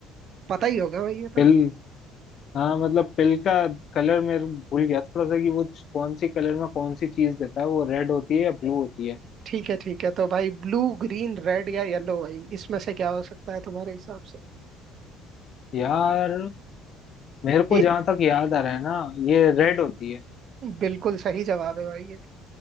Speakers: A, on the right (about 50°); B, on the left (about 50°).
A: पता ही होगा भाई ये
B: पिल
A: तो
B: हाँ मतलब पिल का कलर मैं भूल गया थोड़ा सा कि वो कौन सी कलर में कौन सी चीज देता है वो रेड होती है या ब्लू होती है
A: ठीक है ठीक है तो भाई ब्लू ग्रीन रेड या येलो भाई इसमें से क्या हो सकता है तुम्हारे हिसाब से
B: यार मेरे को
A: ये
B: जहां तक याद आ रहा है ना ये रेड होती है
A: बिल्कुल सही जवाब है भाई ये